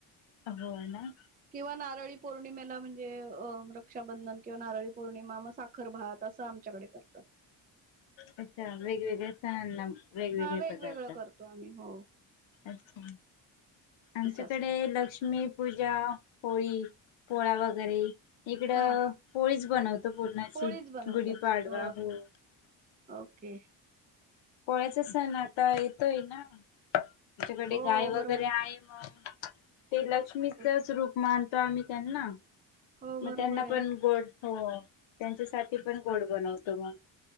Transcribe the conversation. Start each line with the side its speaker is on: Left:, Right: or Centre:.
Left: हो ना.
Right: किंवा नारळी पौर्णिमेला म्हणजे रक्षाबंधन किंवा नारळी पौर्णिमा मग साखर भात अस आमच्याकडे करतात.
Left: अच्छा वेगवेगळ्या सणांना. वेगवेगळे
Right: हा वेगवेगळ
Left: पदार्थ
Right: करतो आम्ही हो.
Left: अच्छा! आमच्याकडे
Right: असं असतं
Left: लक्ष्मी पूजा, होळी, पोळा वगैरे. इकड
Right: हा
Left: पोळीच बनवतो पूरंणा
Right: पोळीच
Left: ची
Right: बनवतात
Left: गुढीपाडवा
Right: अ
Left: हो.
Right: ओके!
Left: पोळ्याचा सण आता येतोय ना! आमच्या कडे
Right: हो
Left: गाय वगैरे
Right: बरोबर
Left: आहे मंग ते लक्ष्मीचच
Right: आहे.
Left: रूप मानतो आम्ही त्यांना.
Right: हो
Left: म
Right: बरोबर
Left: त्यांना
Right: आहे
Left: पण गोड हो त्यांच्यासाठी पण गोड बनवतो म.